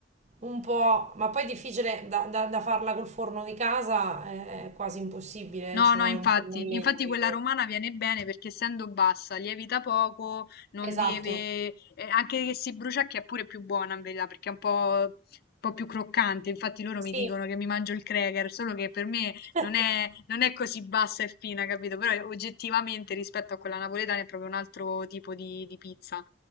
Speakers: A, on the right (about 40°); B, on the left (about 55°).
A: un po', ma poi è difficile da, da- da farla col forno di casa, eh, è quasi impossibile,
B: No,
A: eh, ci vuole
B: no, infatti,
A: un forno a legna,
B: infatti
A: quindi-
B: quella romana viene bene perché essendo bassa, lievita poco, non
A: Esatto,
B: deve, eh, anche che si brucia che è pure più buona in verità perché è un po', un po' più croccante, infatti loro
A: sì.
B: mi dicono che mi mangio il cracker, solo che per me
A: <laughs>
B: non è, non è così bassa e fina, capito? Però eh, oggettivamente rispetto a quella napoletana è proprio un altro tipo di, di pizza,